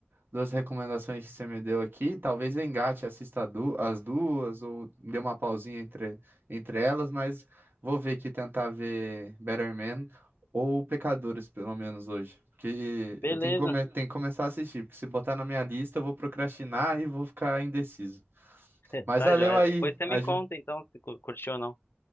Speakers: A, on the right; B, on the left.
A: duas recomendações que você me deu aqui. Talvez eu engate, assista a du- as duas, ou dê uma pausinha entre, entre elas, mas vou ver aqui, tentar ver Better Man ou Pecadores, pelo menos hoje. Porque
B: Beleza.
A: eu tenho que, come- tenho que começar a assistir, porque se botar na minha lista, eu vou procrastinar e vou ficar indeciso.
B: <laughs>
A: Mas
B: Tá
A: valeu
B: joia.
A: aí.
B: Depois você
A: Aju-
B: me conta então se cu- curtiu ou não.